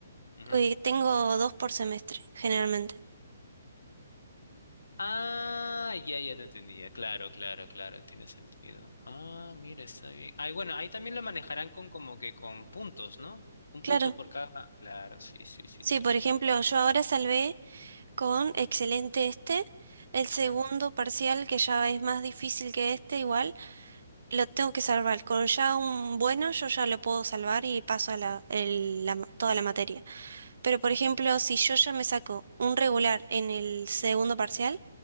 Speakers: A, on the left; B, on the right.
A: Ujú.
B: eh, tengo dos por semestre, generalmente.
A: Ah, ya, ya te entendía, claro, claro, claro, tiene sentido. Ah, mira, está bien. Ay, bueno, ahí también lo manejarán con como que con puntos, ¿no? Un
B: Claro.
A: punto por cada. Claro, sí, sí, sí,
B: Sí,
A: te
B: por
A: entiendo.
B: ejemplo, yo ahora salvé con excelente este. El segundo
A: Ujú,
B: parcial, que ya es más difícil que este, igual, lo tengo que salvar. Con ya un bueno, yo ya lo puedo salvar y paso a la, el- la ma- toda la materia. Pero, por ejemplo, si yo ya me saco un regular en el segundo parcial,